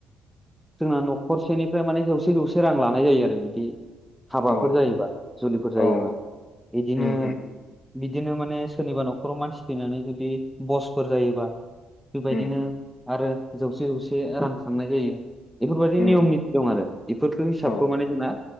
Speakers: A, in the centre; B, on the left.
A: जोंना न'खरसेनिफ्राय माने जौसे जौसे रां लानाय जायो आरो बिदि हाबाफोर
B: औ
A: जायोबा जुलिफोर
B: औ
A: जायोबा बिदिनो
B: उम उम
A: बिदिनो माने सोरनिबा न'खराव मानसि फैनानै जुदि बसफोर जायोबा बेबायदिनो
B: उम
A: आरो जौसे जौसे रां खांनाय जायो। बेफोरबायदि
B: उम
A: नियम निथि दं आरो बेफोरखौ हिसाबखौ
B: औ
A: माने जोंना